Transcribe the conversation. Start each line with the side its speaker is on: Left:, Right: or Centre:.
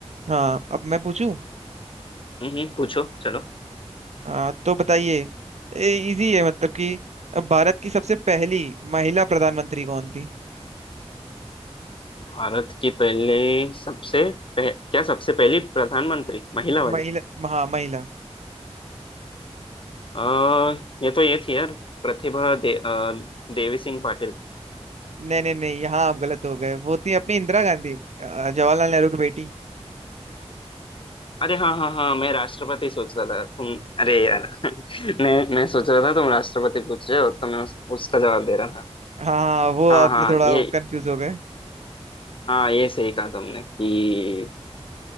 Right: हाँ अब मैं पूछूं
Left: हम्म हम्म, पूछो चलो
Right: हाँ तो बताइए इजी है मतलब कि भारत की सबसे पहली महिला प्रधानमंत्री कौन थी
Left: भारत की पहले सबसे पह, क्या सबसे पहली प्रधानमंत्री महिला वाली
Right: महिला हाँ महिला
Left: आ, ये तो ये थी यार प्रतिभा दे, अ, देवी सिंह पाटिल
Right: नहीं नहीं नहीं यहाँ आप गलत हो गए वो थी अपनी इंदिरा गांधी अ, जवाहरलाल नेहरू की बेटी
Left: अरे हाँ हाँ हाँ मैं राष्ट्रपति सोच रहा था तुम अरे यार <laughs> मैं मैं सोच रहा था तुम राष्ट्रपति पूछ रहे हो तो मैं उस, उसका जवाब दे रहा था
Right: हाँ हाँ, वो
Left: हाँ
Right: आपने
Left: हाँ
Right: थोड़ा
Left: ये
Right: कंफ्यूज हो गए
Left: हाँ ये सही कहा तुमने कि